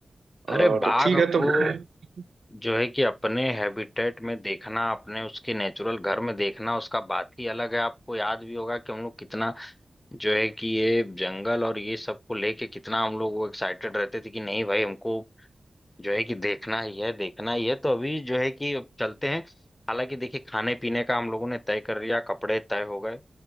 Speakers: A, on the left; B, on the right.
A: अरे
B: और तो
A: बाघ
B: ठीक है तो
A: को
B: <laughs>
A: जो है कि अपने हैबिटेट में देखना अपने उसके नेचुरल घर में देखना उसका बात ही अलग है आपको याद भी होगा कि हम लोग कितना जो है कि ये जंगल और ये सब को लेके कितना हम लोग वो एक्साइटेड रहते थे कि नहीं भाई हमको जो है कि देखना ही है देखना ही है तो अभी जो है कि अब चलते हैं हालांकि देखिए खाने पीने का हम लोगों ने तय कर लिया कपड़े तय हो गए